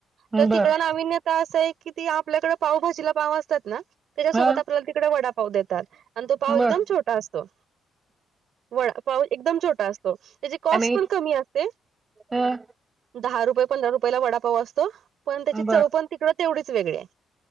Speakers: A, on the right (about 25°); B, on the right (about 70°).
A: हा
B: तर
A: बर
B: तिकडं अविन्यता असं आहे की ती आपल्याकडे पावभजीला पाव असतात ना त्याज्यासोबत
A: हा
B: आपल्याला तिकडे वडापाव देतात आणि तो पाव
A: बर
B: एकदम छो टा असतो वडा पाव एकदम छोटा असतो. त्याची कॉस्ट
A: आणि
B: पण कमी असते
A: ह
B: दहा रुपये पंधरा रुपये ला वडापाव असतो. पण त्याची
A: बर
B: चव पण तिकडं तेवढीच वेगळी आहे.